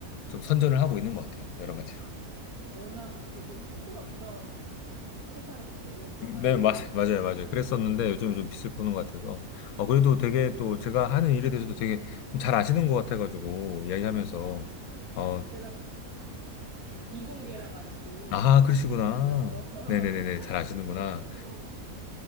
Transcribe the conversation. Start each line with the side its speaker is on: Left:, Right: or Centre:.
Left: 좀 선전을 하고 있는 것 같아요. 여러 가지로.
Right: 워낙 계속 힘들었던 회사였어가지고,
Left: 네, 맞, 맞아요, 맞아요.
Right: 그런 거예요.
Left: 그랬었는데 요즘 좀 빛을 보는 것 같아서.
Right: <laughs>
Left: 어, 그래도
Right: 네.
Left: 되게 또 제가 하는 일에 대해서도 되게 좀 잘 아시는 것 같아가지고, 이야기하면서,
Right: 아,
Left: 어,
Right: 제가 이공계라 가지고,
Left: 아,
Right: 반도체
Left: 그러시구나.
Right: 이런 거, <laughs>
Left: 네네네네, 잘 아시는구나.
Right: 예, 좀